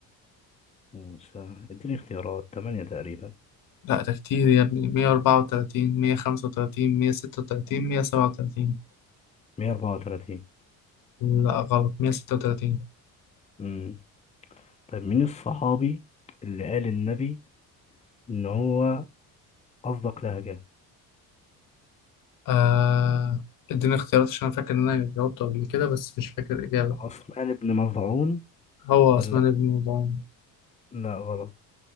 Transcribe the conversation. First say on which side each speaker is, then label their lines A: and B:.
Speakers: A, on the left; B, on the left.
A: موسى اديني اختيارات تمانية تقريبا
B: لا ده كتير يا ابني 134 135 136 137
A: 134
B: لا غلط 136
A: مم. طيب مين الصحابي اللي قال النبي ان هو اصدق لهجه
B: آه اديني اختيارات عشان أنا فاكر إن أنا جاوبته قبل كده بس مش فاكر الإجابة
A: عثمان بن مظعون
B: هو عثمان
A: ولا
B: بن مضعون
A: لا غلط